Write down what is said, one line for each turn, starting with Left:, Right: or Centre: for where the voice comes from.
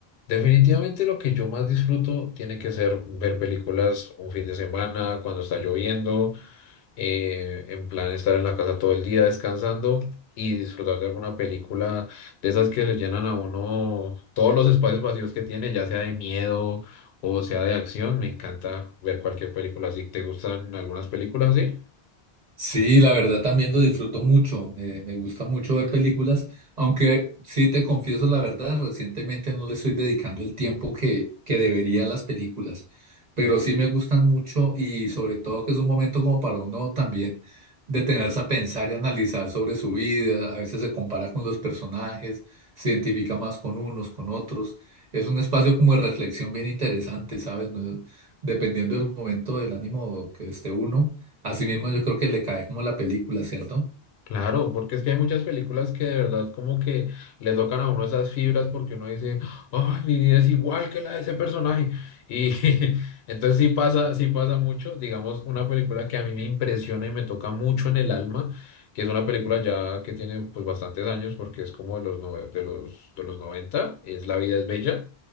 Left: Definitivamente lo que yo más disfruto tiene que ser ver películas un fin de semana, cuando está lloviendo, eh, en plan estar en la casa todo el día descansando y disfrutar de alguna película de esas que le llenan a uno todos los espacios vacíos que tiene, ya sea de miedo o sea de acción. Me encanta ver cualquier película así. ¿Te gustan algunas películas así?
Right: Sí, la verdad también lo disfruto mucho, me, me gusta mucho ver películas, aunque sí te confieso la verdad, recientemente no le estoy dedicando el tiempo que, que debería a las películas, pero sí me gustan mucho y sobre todo que es un momento como para uno también detenerse a pensar y analizar sobre su vida, a veces se compara con los personajes, se identifica más con unos, con otros, es un espacio como de reflexión bien interesante, ¿sabes? No es- Dependiendo del momento del ánimo que esté uno Así mismo yo creo que le cae como la película, ¿cierto?
Left: Claro, porque es que hay muchas películas que de verdad como que le tocan a uno esas fibras porque uno dice, ay, mi vida es igual que la de ese personaje. Y <laughs> entonces sí pasa, sí pasa mucho. Digamos, una película que a mí me impresiona y me toca mucho en el alma, que es una película ya que tiene pues bastantes años porque es como de los, nove- de los, de los 90, es La vida es bella.